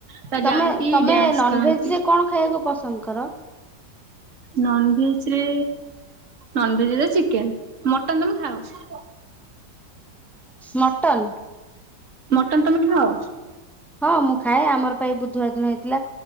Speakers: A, on the right; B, in the centre.
A: ତ
B: ତମେ
A: ଯାଆନ୍ତି
B: ତମେ
A: ଡ୍ୟାନ୍ସ
B: ନନଭେଜ
A: କରନ୍ତି।
B: ରେ କଣ ଖାଇବାକୁ ପସନ୍ଦ କର
A: ନନ୍ ଭେଜ ରେ ନନଭେଜ ରେ ଚିକେନ୍ ମଟନ ତମୁ ଖାଉଛି
B: ମଟନ
A: ମଟନ ତମେ ଖାଅ
B: ହଁ ମୁଁ ଖାଏ ଆମର ପା ଏଇ ବୁଧବାର ଦୀନ ହେଇଥିଲା